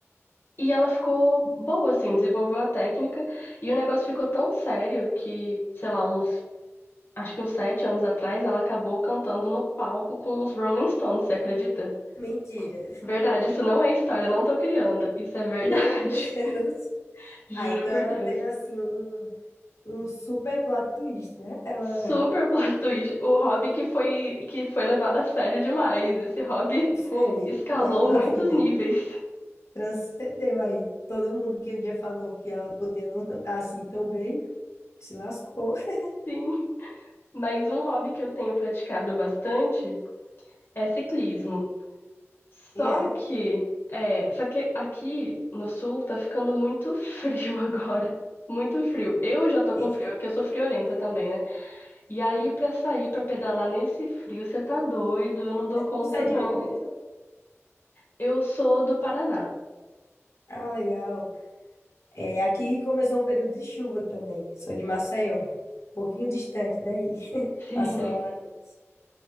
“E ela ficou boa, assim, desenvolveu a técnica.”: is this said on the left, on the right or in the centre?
Left